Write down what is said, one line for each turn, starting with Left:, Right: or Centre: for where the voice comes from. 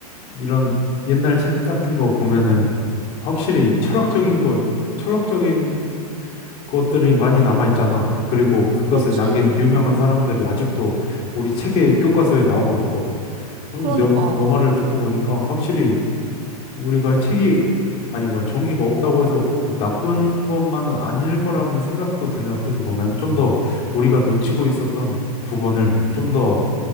Left: 이런 옛날 책 같은 거 보면은 확실히 철학적인 거, 철학적인 것들이 많이 남아 있잖아. 그리고 그것을
Right: 그렇지.
Left: 남긴 유명한
Right: 어.
Left: 사람들이 아직도 우리 책의 교과서에 나오고 있고. 음,
Right: 그러니까,
Left: 너, 너 말을 듣고 보니까 확실히 우리가 책이 아니 뭐야 종기가 없다고 해서 꼭 나쁜 것만은 아닐 거라는 생각도 드네. 어떻게 보면 좀 더 우리가 놓치고 있었던 부분을 좀더